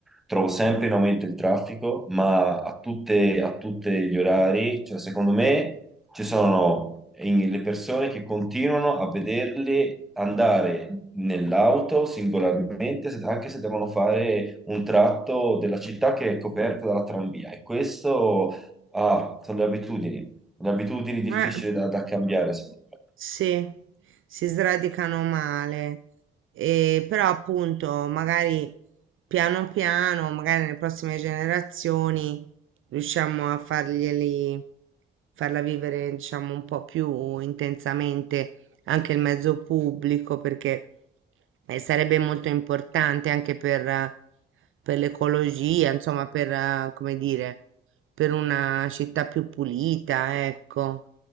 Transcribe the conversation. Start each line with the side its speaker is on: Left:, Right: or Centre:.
Centre: trovo sempre in aumento il traffico, ma a tutte, a tutti gli orari, cioè secondo me ci sono in- le persone che continuano a vederli andare nell'auto singolarmente, se- anche se devono fare un tratto della città che è coperta dalla tranvia. E questo ah, sono le abitudini, le abitudini difficili
Right: Eh.
Centre: da, da cambiare. secondo me.
Right: Sì, si sradicano male, e, però appunto magari piano piano, magari nelle prossime generazioni riusciamo a farglieli, farla vivere diciamo un po' più intensamente anche il mezzo pubblico perché eh, sarebbe molto importante anche per, eh, per l'ecologia, insomma per, eh, come dire, per una città più pulita, ecco,